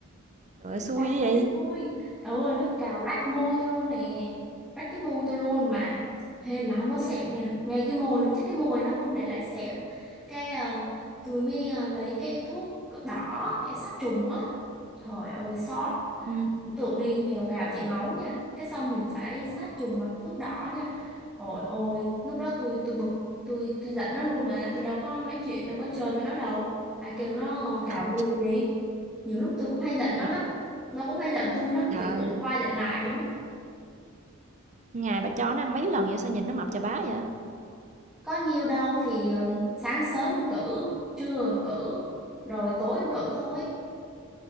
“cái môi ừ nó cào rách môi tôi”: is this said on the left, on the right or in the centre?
Centre